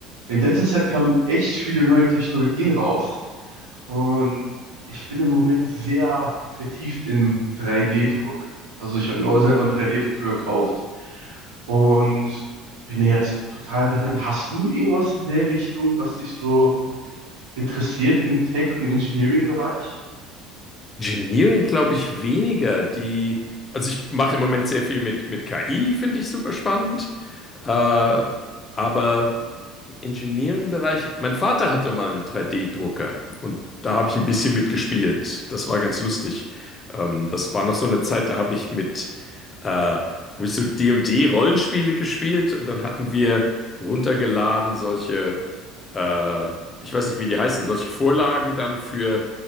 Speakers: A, on the right; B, on the left.
A: in letzter Zeit kamen echt viele neue Technologien raus und ich bin im Moment sehr vertieft in 3D-Druck. Also ich habe mir auch selber einen 3D-Drucker gekauft und bin ja jetzt total drin. Hast du irgendwas in der Richtung, was dich so interessiert im Tech- und Engineering-Bereich?
B: Engineering glaube ich weniger. Die, also ich mache im Moment sehr viel mit, mit KI, finde ich super spannend. Äh, aber im Engineering-Bereich, mein Vater hatte mal einen 3D-Drucker und da habe ich ein bisschen mitgespielt. Das war ganz lustig. Ähm, das war noch so eine Zeit, da habe ich mit, äh, habe ich so D und D rollenspiele gespielt und dann hatten wir runtergeladen solche äh, ich weiß nicht, wie die heißen, solche Vorlagen dann für,